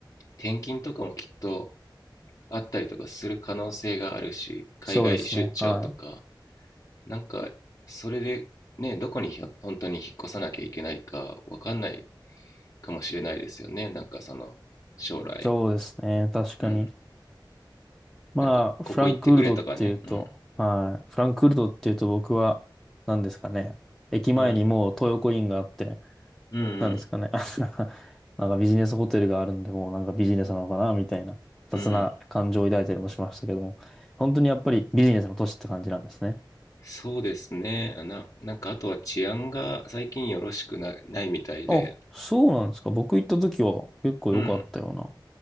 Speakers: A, on the left; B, in the centre.
A: 転勤とかもきっとあったりとかする可能性があるし海外出張とか
B: そうですね。はい。
A: なんかそれでねどこに本当に引っ越さなきゃいけないかわかんないかもしれないですよねなんかその将来
B: そうですね。確かに。
A: うん
B: まあ、
A: なんかここ行ってくれとかねうん
B: フランクフルトっていうと、はい。フランクフルトっていうと僕は、何ですかね。駅前にもう東横インがあって、
A: うんうんうん
B: 何ですかね。<laughs> なんかビジネスホテルがあるんで、もうなんかビジネスなのかな、みたいな雑な感情を抱いたりもしましたけども、
A: うん
B: 本当にやっぱりビジネスの都市って感じなんですね。
A: そうですね。あな、なんかあとは治安が最近よろしくな、ないみたいで、
B: あ、そうなんですか。僕行った時は結構良かったような
A: うん。